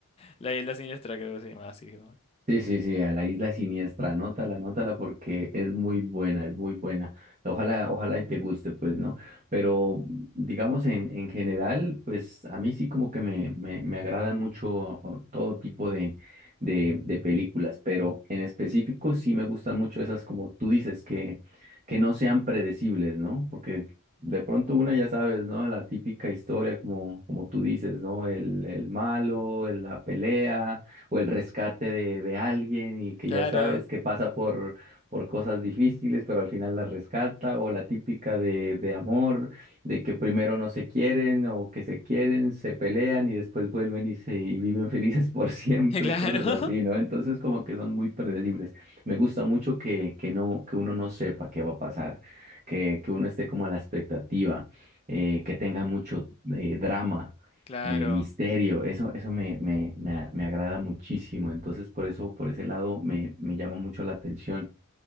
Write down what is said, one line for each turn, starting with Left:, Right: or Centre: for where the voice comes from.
Left: La Isla Siniestra, creo que se llama así. como,
Right: Sí, sí, sí, a la isla siniestra, anótala, anótala porque es muy buena, es muy buena. Ojalá, ojalá y te guste, pues, ¿no? Pero digamos en, en general, pues a mí sí como que me, me, me agradan mucho o, todo tipo de, de, de películas, pero en específico sí me gustan mucho esas como tú dices, que, que no sean predecibles, ¿no? Porque de pronto una ya sabes, ¿no? La típica historia como, como tú dices, ¿no? El, el malo, la pelea o el rescate de, de alguien y que
Left: Claro,
Right: ya sabes que pasa por, por cosas difíciles, pero al final la rescata, o la típica de, de amor, de que primero no se quieren o que se quieren, se pelean y después vuelven y, se, y viven <laughs> felices por siempre,
Left: <laughs> claro,
Right: cosas así, ¿no? Entonces como que son muy predecibles. Me gusta mucho que, que, no, que uno no sepa qué va a pasar, que, que uno esté como a la expectativa, eh, que tenga mucho eh, drama
Left: claro.
Right: eh, misterio, eso, eso me, me, me, a- me agrada muchísimo, entonces por eso, por ese lado me, me llama mucho la atención.